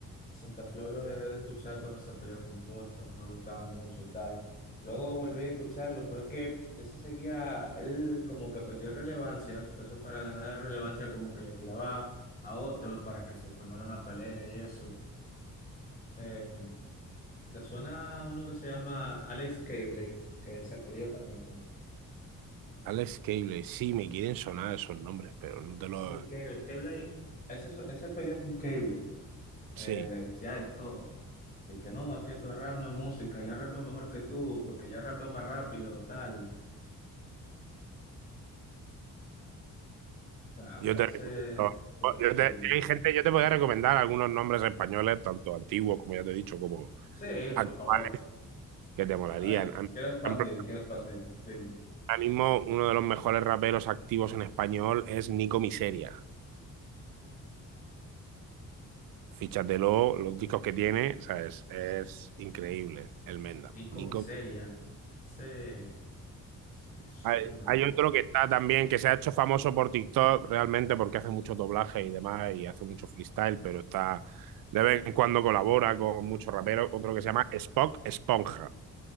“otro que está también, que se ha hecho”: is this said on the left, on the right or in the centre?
Right